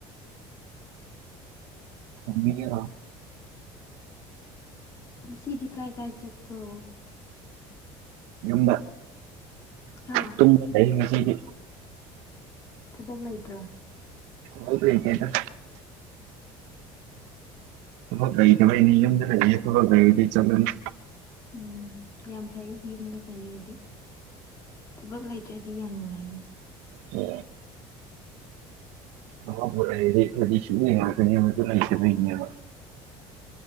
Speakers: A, on the right; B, on the left.
A: ꯊꯃꯤꯒ ꯊꯥꯎ
B: ꯂꯤꯁꯤꯤꯗꯤꯀꯥꯏ ꯀꯥꯏꯥꯏꯆꯦꯠꯄ꯭ꯔꯣ
A: ꯌꯝꯕ
B: ꯍꯥ
A: ꯇ ꯂꯩ ꯃꯁꯤꯒꯤ
B: ꯊꯕꯛ ꯂꯩꯇ꯭ꯔꯣ
A: ꯍ ꯀꯦꯗ ꯊ ꯐꯛ ꯀꯩ ꯀꯥꯏ ꯌꯨꯝꯗ ꯂꯩꯌꯦ ꯊꯗꯤ ꯆꯂꯅꯤ
B: ꯎꯝ ꯌꯥꯝ ꯐꯩ ꯌꯨꯝꯗꯣ ꯀꯔꯤꯔꯗꯤ ꯊꯕꯛ ꯂꯩꯇ꯭ꯔꯗꯤ ꯌꯥꯝ ꯅꯨꯡꯉꯥꯏꯅꯦ
A: ꯎ ꯑ ꯄꯨꯦꯁꯨꯛꯇ ꯂꯩꯁ